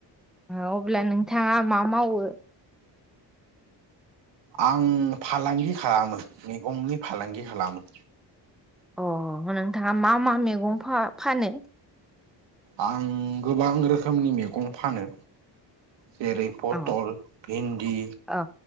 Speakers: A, in the centre; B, on the right (about 80°).
A: अब्ला नोंथाङा मा मावो?
B: आं फालांगि खालामो मैगंनि फालांगि खालामो
A: अ नोंथाङा मा मा मैगं फानो
B: आं गोबां रोखोमनि मैगं फानो जेरै पटल
A: अ
B: भिन्दि
A: अ